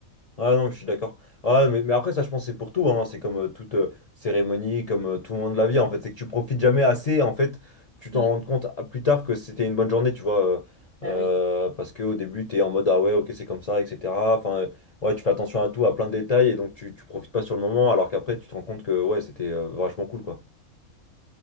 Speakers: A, on the left; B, on the right.
A: Ah non, je suis d'accord. ah ouais, mais, mais après, ça, je pense que c'est pour tout. Hein. C'est comme euh, toute euh, cérémonie, comme euh, tout le monde de la vie, en fait. C'est que tu profites jamais assez. En fait, tu t'en
B: Mm.
A: rends compte à- plus tard que c'était une bonne journée, tu vois. euh,
B: Bah
A: euh,
B: oui.
A: parce qu'au début, t'es en mode, ah ouais, ok, c'est comme ça, etc. Enfin, euh, ouais, tu fais attention à tout, à plein de détails, et donc tu, tu profites pas sur le moment, alors qu'après, tu te rends compte que, ouais, c'était euh, vachement cool, quoi.